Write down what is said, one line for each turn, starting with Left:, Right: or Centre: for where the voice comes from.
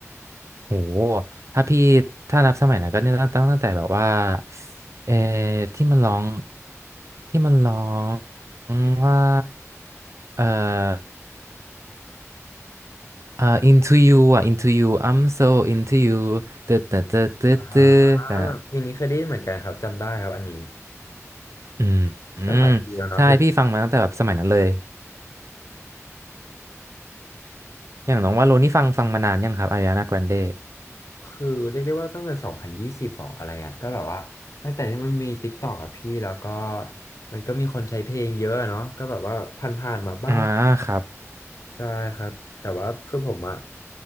Right: โหถ้าพี่ถ้านับสมัยนั้นก็เนี่ยตั้งตั้งตั้งแต่แบบว่าเออที่มันร้องที่มันร้องว่าเออเออ into you อ่ะ into you I'm so into you ตึ๊ดตึ๊ดตึ๊ดตึ๊ดตึ๊ดอ่ะ
Left: อ่าเพลงนี้เคยได้ยินเหมือนกันครับจำได้ครับอันนี้
Right: อืมอืม
Left: ก็หลายปีแล้วเนอะเพลงนี้
Right: ใช่พี่ฟังมาตั้งแต่แบบสมัยนั้นเลยอย่างน้องว่าโลนี่ฟังฟังมานานยังครับอาริานาแกรนเด
Left: คือเรียกได้ว่าตั้งแต่สองพันยี่สิบหรออะไรอ่ะก็แบบว่าตั้งแต่ที่มันมีติ๊กตอกอะพี่แล้วก็มันก็มีคนใช้เพลงเยอะอะเนาะก็แบบว่าผ่านๆมาบ้าง
Right: อ่าครับ
Left: ใช่ครับแต่ว่าคือผมอ่ะ